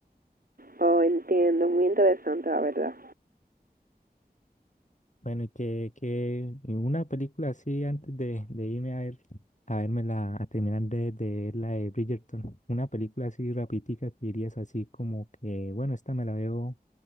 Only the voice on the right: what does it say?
Oh, entiendo, muy interesante la verdad.